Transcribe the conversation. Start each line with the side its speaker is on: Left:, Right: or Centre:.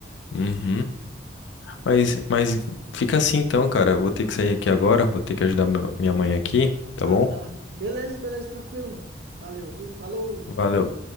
Left: Uhum. Mas, mas fica assim então, cara. Eu vou ter que sair aqui agora, vou ter que ajudar meu- minha mãe aqui, tá
Right: Ah,
Left: bom?
Right: tá. Beleza, beleza, tranquilo, mano. Valeu, viu? Falou.
Left: Valeu.